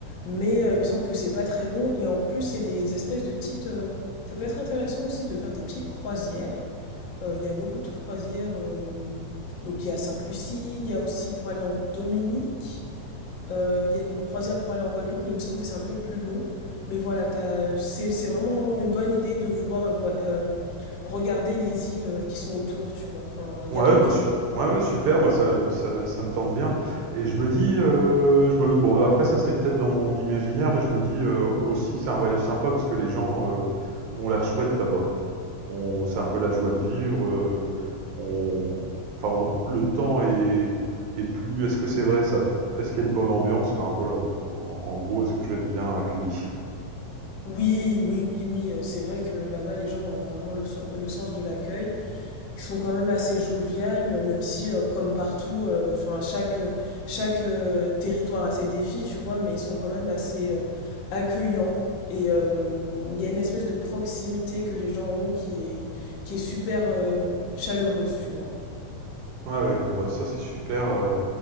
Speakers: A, on the left; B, on the right.
A: mais euh, il me semble que c'est pas très long. Et en plus, il y a des espèces de petites. euh, ça peut être intéressant aussi de faire des petites croisières Euh, Il y a beaucoup de croisières. euh, donc il y a Sainte-Lucie, il y a aussi pour aller en Dominique. euh, il y a une croisière pour aller en Guadeloupe, mais il me semble que c'est un peu plus long. Mais voilà, t'as- c'est c'est vraiment une bonne idée de vouloir voi- euh, regarder les îles euh, qui sont autour, tu vois. Enfin, il
B: Ouais,
A: y a de quoi
B: bah,
A: faire.
B: su ouais, ouais, super, bah, ça ça me ça me tente bien et je me dis, heu, je me bon après ça, c'est peut-être dans mon imaginaire, mais je me dis, heu, aussi c'est un voyage sympa parce que les gens, heu, ont l'air chouettes là-bas. On c'est un peu la joie de vivre, heu, on enfin on le temps est est plus est-ce que c'est vrai ça? Est-ce qu'il y a une bonne ambiance? Enfin voilà, en en gros, est-ce que je vais être bien accueilli? <laughs>
A: Oui, oui, oui, oui, heu, c'est vrai que là-bas, les gens ont vraiment le son le sens de l'accueil. Ils sont quand même assez joviales, heu, même si, heu, comme partout, heu, enfin chaque, heu, chaque, heu, territoire a ses défis, tu vois? Mais ils sont quand même assez, heu, accueillants et hem, il y a une espèce de proximité que les gens ont qui est qui est super, heu, chaleureuse, tu vois?
B: Ouais, ouais, bon, bah, ça, c'est super, heu